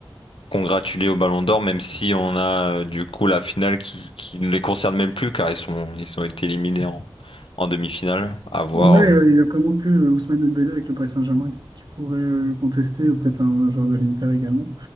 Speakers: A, on the left (about 85°); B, on the right (about 50°).
A: congratulé au Ballon d'Or, même si on a euh, du coup la finale qui, qui ne les concerne même plus, car ils sont, ils ont été éliminés en, en demi-finale. À voir.
B: Ouais, euh,
A: euh.
B: il n'y a vraiment que euh, Ousmane Dembélé avec le Paris Saint-Germain qui pourrait euh, le contester, ou peut-être un, un joueur de l'Inter également.